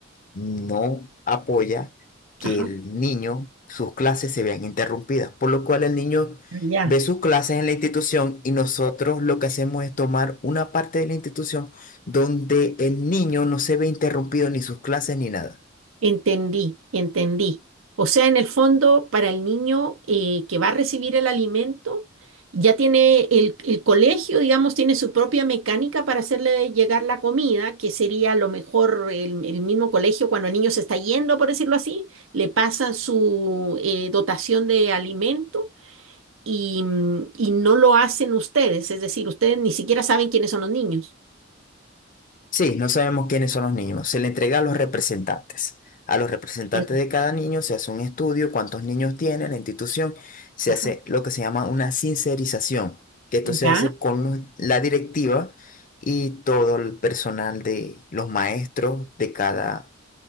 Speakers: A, on the left; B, on the right.
A: no apoya que
B: ajá,
A: el niño, sus clases se vean interrumpidas, por lo cual el niño
B: ya.
A: ve sus clases en la institución y nosotros lo que hacemos es tomar una parte de la institución donde el niño no se ve interrumpido ni sus clases ni nada.
B: Entendí, entendí. O sea, en el fondo, para el niño eh, que va a recibir el alimento, ya tiene el, el colegio, digamos, tiene su propia mecánica para hacerle llegar la comida, que sería a lo mejor el, el mismo colegio cuando el niño se está yendo, por decirlo así, le pasan su eh, dotación de alimento y, mm, y no lo hacen ustedes, es decir, ustedes ni siquiera saben quiénes son los niños.
A: Sí, no sabemos quiénes son los niños. Se le entrega a los representantes. A los representantes
B: Ya.
A: de cada niño se hace un estudio, cuántos niños tiene la institución, se
B: Ajá.
A: hace lo que se llama una sincerización, que esto se
B: Ya.
A: hace con los- la directiva y todo el personal de los maestros de cada,